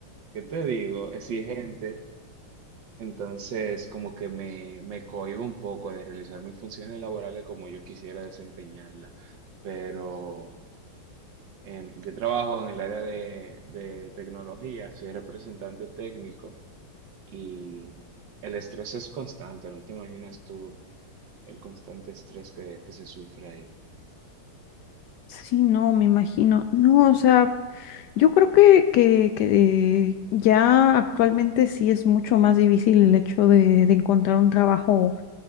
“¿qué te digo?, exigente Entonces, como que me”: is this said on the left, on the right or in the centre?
Right